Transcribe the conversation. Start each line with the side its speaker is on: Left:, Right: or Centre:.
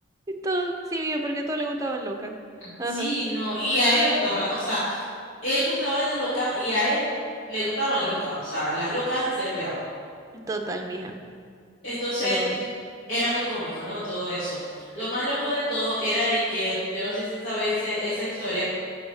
Right: Esto sí, mija, porque todo le gustaban locas. Ajá,
Left: Sí, no, y a él le gustaban, la- o sea, él gustaba de las locas y a él le gustaban locas, o sea, las locas se le pegaban.
Right: total, mija.
Left: Entonces,
Right: Pero bueno.
Left: era muy cómico, ¿no? Todo eso. Lo más loco de todo era de que, yo no sé si sabes esa historia,